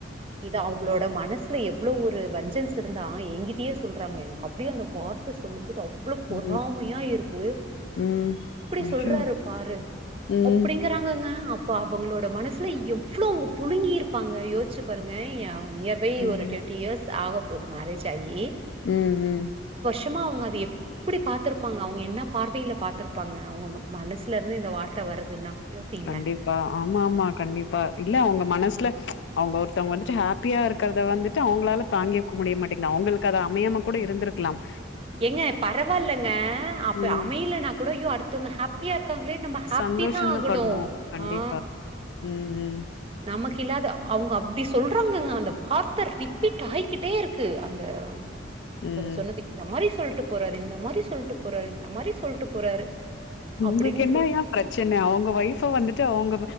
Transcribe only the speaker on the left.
ம்.
ம். ஐயோ!
ம்.
ம்.
ம் ம்
கண்டிப்பா ஆமா ஆமா கண்டிப்பா இல்ல அவங்க மனஸ்ல அவங்க ஒருத்தவங்க வந்துட்டு ஹா ஹாப்பியா இருக்குறத வந்துட்டு அவங்களால தாங்கிக்க முடிய மாட்டிங்குது அவங்களுக்கு அது அமையாம கூட இருந்துருக்கலாம்
ம்.
சந்தோஷம்
தான் படணும். கண்டிப்பா.
ம். ம்.
ம்.
உங்களுக்கு
என்னயா
பிரச்சன அவங்க ஒயிஃப்ப வந்துட்டு அவங்க